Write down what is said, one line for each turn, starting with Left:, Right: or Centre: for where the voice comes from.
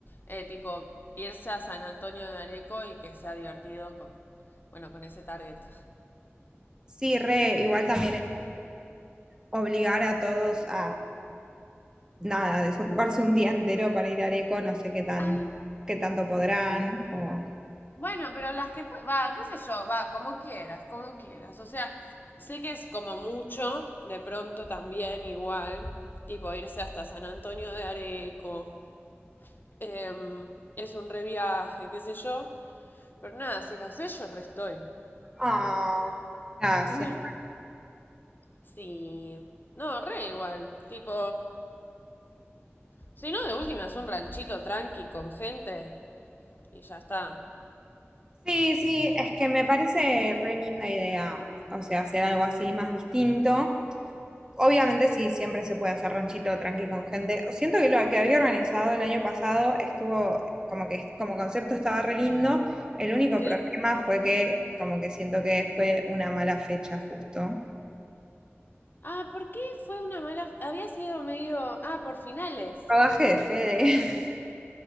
Left: Eh, tipo, irse a San Antonio de Areco y que sea divertido con, bueno, con ese target.
Right: Sí, re, igual también es obligar a todos a nada, desocuparse un día entero para ir al eco no sé qué tan,
Left: Ay,
Right: qué tanto podrán. O...
Left: Bueno, pero las que... pue- Va, qué sé yo, va, como quieras, como quieras. O sea, sé que es como mucho, de pronto también igual, tipo irse hasta San Antonio de Areco, em, es un reviaje, qué sé yo, pero nada, si qué sé yo, restoy.
Right: Ah, gracias.
Left: <laughs> Sí. No, re igual. Tipo, si no, de última es un ranchito tranqui con gente y ya está.
Right: Sí, sí, es que me parece re linda idea, o sea, hacer algo así más distinto. Obviamente sí, siempre se puede hacer ranchito tranqui con gente. Siento que lo que había organizado el año pasado estuvo, como que como concepto estaba re lindo. El único
Left: Sí.
Right: problema fue que, como que siento que fue una mala fecha justo.
Left: Ah, ¿por qué fue una mala? Había sido medio... Ah, por finales.
Right: Rodaje de Fede. <laughs>